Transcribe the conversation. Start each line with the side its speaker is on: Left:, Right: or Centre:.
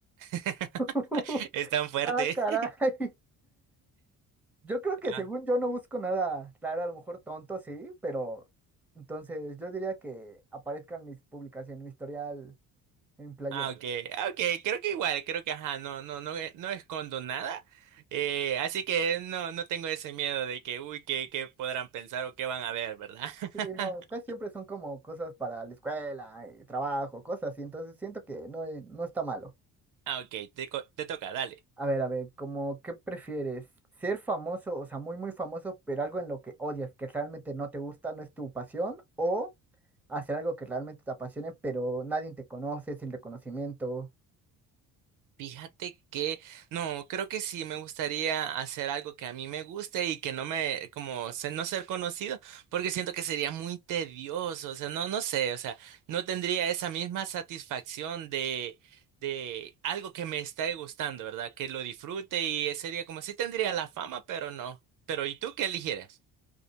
Right: <laughs>
Centre: <laughs>
Right: Es tan fuerte.
Centre: Ah, caray.
Right: <laughs>
Centre: Yo creo que
Right: Ah,
Centre: según yo no busco nada, claro, a lo mejor tonto, sí, pero entonces yo diría que aparezcan mis publicaciones, mi historial en playera.
Right: ah, ok. Ah, ok. Creo que igual, creo que ajá, no, no, no, eh, no escondo nada. Eh, así que no, no tengo ese miedo de que, uy, que, que podrán pensar o qué van a ver, ¿verdad? <laughs>
Centre: Sí, no, casi siempre son como cosas para la escuela, eh, trabajo, cosas así, entonces siento que no, eh, no está malo.
Right: Ah, ok, te, co- te toca, dale.
Centre: A ver, a ver, como, ¿qué prefieres? ¿Ser famoso, o sea, muy, muy famoso, pero algo en lo que odias, que realmente no te gusta, no es tu pasión? ¿O hacer algo que realmente te apasione, pero nadie te conoce, sin reconocimiento?
Right: Fíjate que, no, creo que sí me gustaría hacer algo que a mí me guste y que no me, como, se- no ser conocido, porque siento que sería muy tedioso, o sea, no, no sé, o sea, no tendría esa misma satisfacción de, de algo que me está gustando, ¿verdad? Que lo disfrute y sería como, sí tendría la fama, pero no. Pero, ¿y tú qué eligieras?